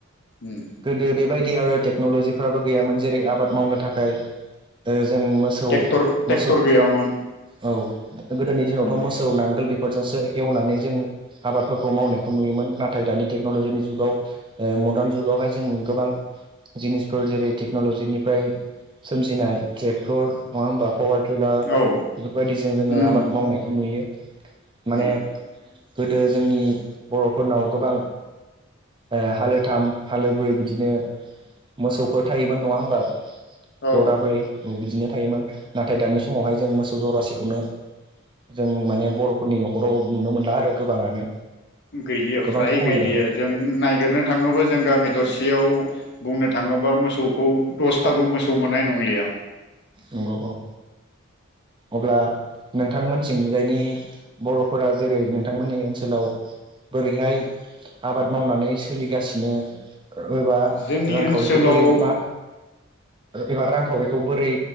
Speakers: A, on the left; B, on the right.
A: उम
B: गोदो बेबायदि दि आरो टेकन'लजिफ्राबो गैयामोन जेरै आबाद मावनो थाखाय ओ जों मोसौ
A: ट्रेक्टर ट्रेक्टर
B: मोसौ
A: गैयामोन
B: औ गोदोनि दिनावथ'
A: उम
B: मोसौ नांगोल बे फोरजोंसो एवनानै जों आबादफोरखौ मावनायखौ नुयोमोन नाथाय दानि टेक्न'लजिनि जुगाव ओ मर्दार्न जुगावहाय जों गोबां जिनिसफोर जेरै टेक्न'लजिनिफ्राय सोमजिनाय ट्रेक्टर नङा होमबा पावार खैला
A: औ
B: बेफोरबायदिजों जोङो
A: उम
B: आबाद मावनायखौ नुयो। माने
A: नुयो
B: गोदो जोंनि बर'फोरनाव गोबां। ओ हालोथाम हालोब्रै बिदिनो मोसौफोर थायोमोन नङा होमबा
A: औ
B: जराब्रै। बिनो थायोमोन नाथाय दानि समावहाय जों मोसौ जरासिखौनो जों माने बर'फोरनि न'खराव नुनो मोनला आरो गोबाङानो।
A: गैलियो
B: गोबां
A: फ्राय
B: खमायबाय
A: गैलियो जों नायगिरनो थाङोब्ला जों गामि दरसेयाव बुंनो थाङोबा मोसौखौ दसथाबो मोसौ मोननाय नंलिया।
B: नंगौ औ। अब्ला नोंथांमोनसिं जायनि बर'फोरा जेरै नोंथांमोननि ओनसोलाव बोरैहाय आबाद मावनानै सोलिगासिनो? एबा
A: जोंनि
B: रांखावरिखौ
A: ओनसोलाव
B: बोरै बा एबा रांखावरिखौ बोरै